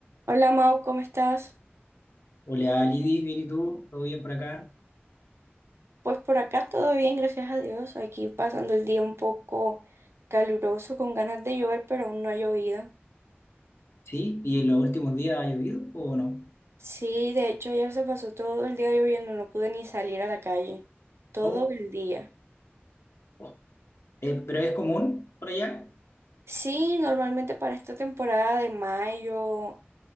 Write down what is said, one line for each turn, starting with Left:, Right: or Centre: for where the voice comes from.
Right: Hola Mau, ¿cómo estás?
Left: Hola, Lidis, bien y tú, todo bien por acá.
Right: Pues por acá todo bien, gracias a Dios. Aquí pasando el día un poco caluroso, con ganas de llover, pero aún no ha llovido.
Left: Sí, ¿y en los últimos días ha llovido o no?
Right: Sí, de hecho ayer se pasó todo el día lloviendo, no pude ni salir a la calle. Todo
Left: Oh,
Right: el día.
Left: oh. Eh, pero es común por allá.
Right: Sí, normalmente para esta temporada de mayo,